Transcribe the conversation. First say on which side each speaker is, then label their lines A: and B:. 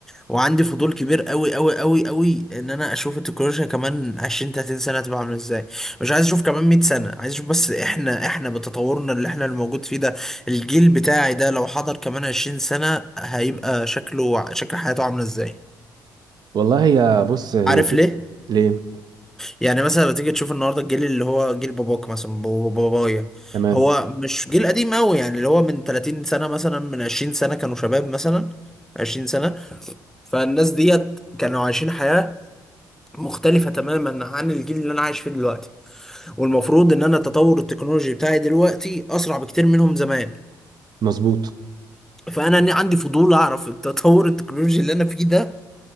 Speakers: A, in the centre; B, on the right.
A: وعندي فضول كبير قوي قوي قوي قوي ان انا اشوف التكنولوجيا كمان 20 30 سنه هتبقى عامله ازاي مش عايز اشوف كمان 100 سنه عايز اشوف بس احنا احنا بتطورنا اللي احنا الموجود فيه ده الجيل بتاعي ده لو حضر كمان 20 سنه هيبقى شكله شكل حياته عامله ازاي
B: والله هي بص هي
A: عارف
B: فك-
A: ليه
B: ليه
A: يعني مثلا بتيجي تشوف النهارده الجيل اللي هو جيل باباك مثلا بابا- بابايا
B: تمام
A: هو مش جيل قديم قوي يعني اللي هو من 30 سنه مثلا من 20 سنه كانوا شباب مثلا 20 سنه فالناس ديت كانوا عايشين حياه مختلفه تماما عن الجيل اللي انا عايش فيه دلوقتي والمفروض ان انا التطور التكنولوجي بتاعي دلوقتي اسرع بكتير منهم زمان
B: مظبوط
A: فانا ن- عندي فضول اعرف التطور التكنولوجي اللي انا فيه ده